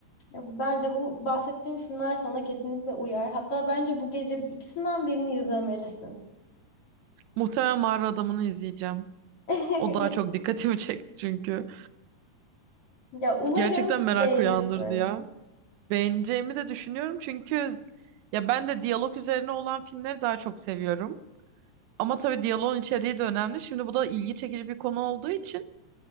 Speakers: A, on the left (about 40°); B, on the right (about 90°).
A: Ya bence bu bahsettiğim filmler sana kesinlikle uyar. Hatta bence bu gece ikisinden birini izlemelisin.
B: Muhtemelen Mağara Adamı'nı izleyeceğim.
A: <laughs>
B: O daha çok dikkatimi <laughs> çekti çünkü.
A: Ya umarım
B: Gerçekten merak
A: beğenirsin.
B: uyandırdı ya. Beğeneceğimi de düşünüyorum çünkü ya ben de diyalog üzerine olan filmleri daha çok seviyorum. Ama tabii diyaloğun içeriği de önemli. Şimdi bu da ilgi çekici bir konu olduğu için